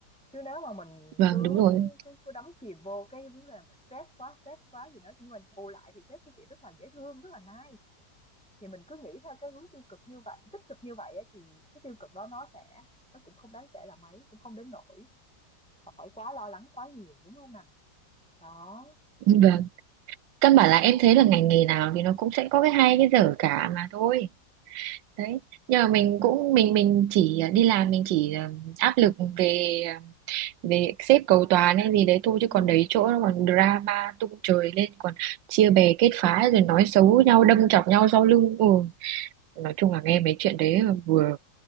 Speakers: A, in the centre; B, on the right (about 85°).
A: Chứ nếu mà mình
B: vâng
A: cứ
B: đúng rồi
A: cứ cứ đắm chìm vô cái vấn đề mà stress quá, stress quá gì đó, nhưng mà bù lại thì sếp của chị rất là dễ thương, rất là nice. Thì mình cứ nghĩ theo cái hướng tiêu cực như vậy tích cực như vậy á thì cái tiêu cực đó nó sẽ nó cũng không đáng kể là mấy, cũng không đến nỗi mà phải quá lo lắng quá nhiều, đúng không nào? Đó.
B: vâng căn bản là em thấy là ngành nghề nào thì nó cũng sẽ có cái hay cái dở cả mà thôi đấy nhưng mà mình cũng mình mình chỉ đi làm mình chỉ ờ, áp lực về ờ, về xếp cầu toàn hay gì đấy thôi chứ
A: Ừm.
B: còn đấy chỗ nó còn drama tung trời lên còn chia bè kết phái rồi nói xấu
A: Ừm,
B: nhau đâm chọc nhau sau lưng ừ nói chung là nghe mấy chuyện đấy vừa